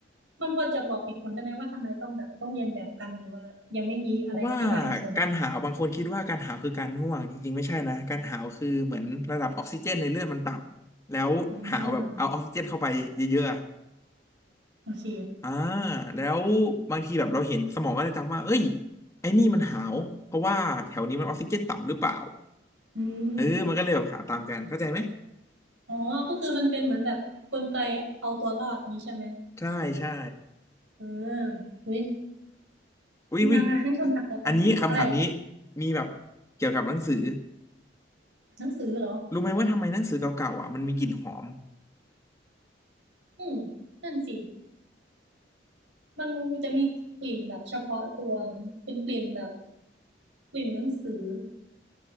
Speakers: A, on the right; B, on the left.
A: มันพอจะบอกเหตุผลได้ไหมว่าทำไมต้องแบบต้องเรียนแบบกันหรือว่ายังไม่มีอะไรอธิบายในส่วนนี้
B: เพราะว่าการหาวบางคนคิดว่าการหาวคือการง่วงจริงๆไม่ใช่นะการหาวคือเหมือนระดับออกซิเจนในเลือดมันต่ำแล้วหาวแบบเอาออกซิเจนเข้าไปเยอะๆอะ
A: อ่าโอเค
B: อ่าแล้วบางทีแบบเราเห็นสมองก็จะจำว่าเอ้ยไอ้นี่มันหาวเพราะว่าแถวนี้มันออกซิเจนต่ำหรือเปล่า
A: อืม
B: เออมันก็เลยแบบหาวตามกันเข้าใจไหม
A: อ๋อก็คือมันเป็นเหมือนแบบกลไกเอาตัวรอดนี้ใช่ไหม
B: ใช่ใช่
A: เอออุ้ย
B: วิวิอย
A: มามาขึ้นคำถามต่อไปหึอะไรเหรอ
B: อันนี้คำถามนี้มีแบบเกี่ยวกับหนังสือ
A: หนังสือเหรอ
B: รู้ไหมว่าทำไมหนังสือเก่าๆอ่ะมันมีกลิ่นหอม
A: อืมนั่นสิมันจะมีกลิ่นแบบเฉพาะตัวเนาะเป็นกลิ่นแบบกลิ่นหนังสือ